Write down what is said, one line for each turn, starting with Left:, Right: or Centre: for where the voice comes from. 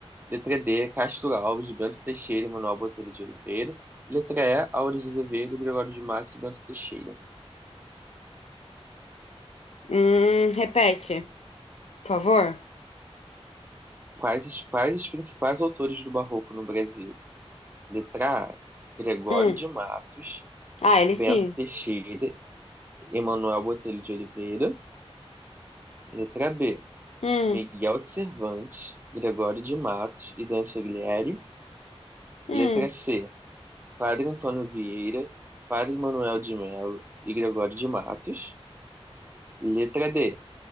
Right: Letra D. Castro Alves, Bento Teixeira e Manuel Botelho de Oliveira. Letra E. Aures de Azevedo, Gregório de Matos e Bento Teixeira.
Left: hum. Repete, por favor.
Right: Quais, os- quais os principais autores do Barroco no Brasil? Letra A. Gregório
Left: Hum.
Right: de Matos,
Left: Ah, ele
Right: Bento
Left: sim.
Right: Teixeira, Emanuel Botelho de Oliveira. Letra B.
Left: Hum,
Right: Miguel de Cervantes, Gregório de Matos e Dan Chaglieri.
Left: hum.
Right: Letra C, Padre Antônio Vieira, Padre Manuel de Melo e Gregório de Matos. Letra D,